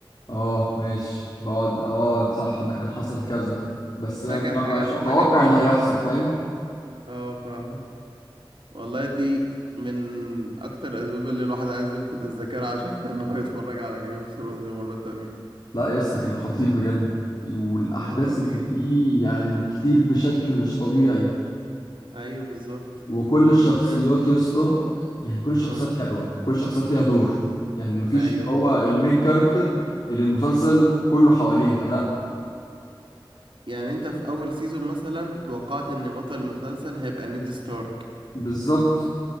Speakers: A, on the left; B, on the right.
A: اه ماشي بقعد اه صح ده كان حصل كذا بس
B: فاكر
A: أنا ما
B: حاجات
A: بقاش
B: وحاجات
A: متوقع
B: لا
A: اللي هيحصل فاهم
B: اه فاهم والله دي من اكتر الاسباب اللي الواحد عايز يفقد الذاكره عشان <laughs> ان هو يتفرج على جيم اوف ثرونز مره تانية
A: لا يا اسطى كان خطير بجد والاحداث
B: لا رهيب
A: اللي فيه يعني كتير بشكل مش طبيعي
B: ايوه بالظبط
A: وكل الشخصيات
B: يعني
A: يا اسطى يعني كل الشخصيات
B: لو
A: حلوه كل الشخصيات ليها دور يعني مفيش
B: ايوه
A: اللي هو
B: بالظبط
A: المين كاركتر اللي المسلسل كله حواليها لا
B: يعني انت في اول سيزون مثلا اتوقعت ان بطل المسلسل هيبقى نيد ستارك
A: بالظبط